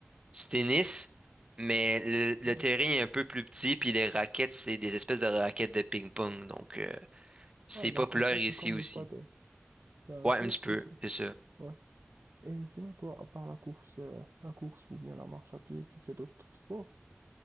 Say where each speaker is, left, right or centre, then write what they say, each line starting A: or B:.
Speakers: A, on the right; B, on the right.
A: du tennis, mais le, le
B: Ouais.
A: terrain est un peu plus petit, puis les raquettes, c'est des espèces de raquettes de ping-pong. Donc, euh, c'est
B: Ah, donc
A: populaire
B: en soi,
A: ici
B: c'est comme
A: aussi.
B: le paddle. Ben,
A: Ouais,
B: peut-être
A: un petit peu,
B: que c'est.
A: c'est ça.
B: Ouais. Et sinon, toi, à part la course, euh, la course ou bien la marche à pied, tu fais d'autres sports?